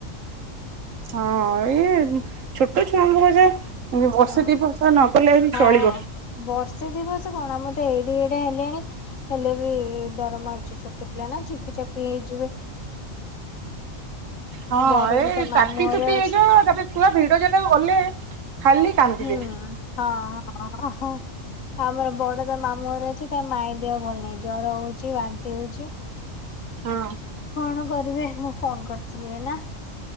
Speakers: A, on the right (about 75°); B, on the left (about 80°).
A: ହଁ ଏଇ ଛୋଟ ଛୁଆମ କ ଯା <inaudible> ଏ ବର୍ଷେ
B: ଅଁ
A: ଦି ବର୍ଷ ନ ଗଲେବି
B: ହଁ।
A: ଚଳିବ।
B: ବର୍ଷେ ଦିବର୍ଷ କଣ ଆମ ତେ ଏଡେ ଏଡେ ହେଲେଣି ହେଲେ ଡର ମାରୁଛି ଛୋଟ ପିଲା ନା ଚିପି ଚାପି ହେଇଯିବେ।
A: ହଁ
B: ବଡ ବି
A: ଏଇ
B: ତା
A: ଚାପିଚୁପି
B: ମାମୁଁ ଘରେ ଅଛି।
A: ହେଇଯିବ ତାପରେ ଛୁଆ ଭିଡ ଜାଗା ଗଲେ ଖାଲି କାନ୍ଦିବେ
B: ହୁଁ ହଁ ହଁ ଆମର ବଡ ତ ମାମୁଁଘର ଅଛି। ତା ମାଇଁ ଦେହ ଭଲ ନାହିଁ ଜ୍ଵର ହଉଛି ବାନ୍ତି ହଉଛି।
A: ହଁ।
B: କଣ କରିବେ? ମୁଁ ଫୋନ କରିଥିଲି ଏଇନା।